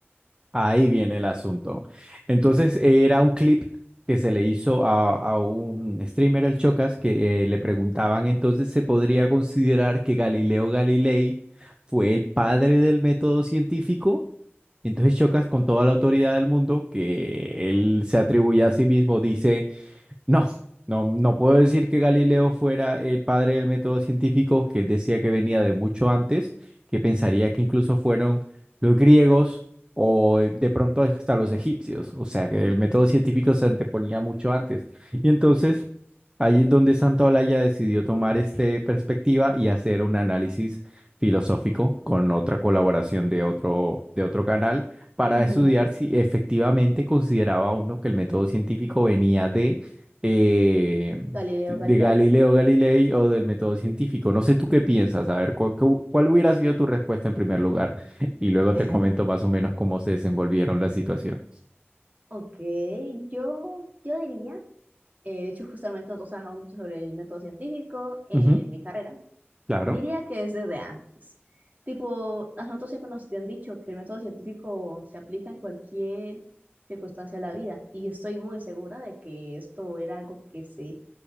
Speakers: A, on the right; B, on the right.
A: ahí viene el asunto. Entonces era un clip que se le hizo a, a un streamer, el Chocas, que eh, le preguntaban entonces se podría considerar que Galileo Galilei fue el padre del método científico. Entonces Chocas, con toda la autoridad del mundo, que él se atribuye a sí mismo, dice... No, no, no puedo decir que Galileo fuera el padre del método científico, que él decía que venía de mucho antes, que pensaría que incluso fueron los griegos o eh, de pronto hasta los egipcios, o sea que el método científico se anteponía mucho antes. Y entonces ahí es donde Santa Olaya decidió tomar esta perspectiva y hacer un análisis filosófico con otra colaboración de otro, de otro canal para
B: Ujú.
A: estudiar si efectivamente consideraba uno que el método científico venía de eh,
B: Galileo
A: de
B: Galilei.
A: Galileo Galilei o del método científico. No sé tú qué piensas, a ver, ¿cuál, cu- cuál hubiera sido tu respuesta en primer lugar? Y luego
B: <laughs>
A: te comento más o menos cómo se desenvolvieron las situaciones.
B: Ok, yo, yo diría, eh, de hecho justamente nosotros trabajamos mucho sobre el método científico en
A: Ujú,
B: mi carrera,
A: claro.
B: Diría que es desde antes. Tipo, a nosotros siempre nos han dicho que el método científico se aplica en cualquier circunstancia de la vida y estoy muy segura de que esto era algo que se